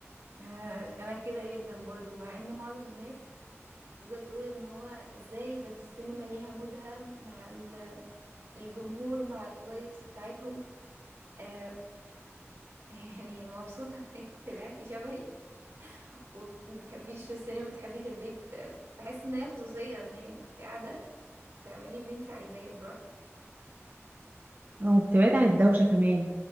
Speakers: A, on the right; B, on the right.
A: أه انا كده جدا برضو مع ان معظم الناس تقدر تقول ان هو ازاي ده في السينما ليها مودها مع ال- الجمهور مع الفايبس بتاعتهم أه <laughs> يعني مبسوطة انك طلعتي شبهي وما بتحبيش في السينما بتحبيش في البيت آه، بحس ان هي خصوصية ان هي انت قاعدة تعملي اللي انت عايزاه براحتك
B: او بتبعد عن الدوشه كمان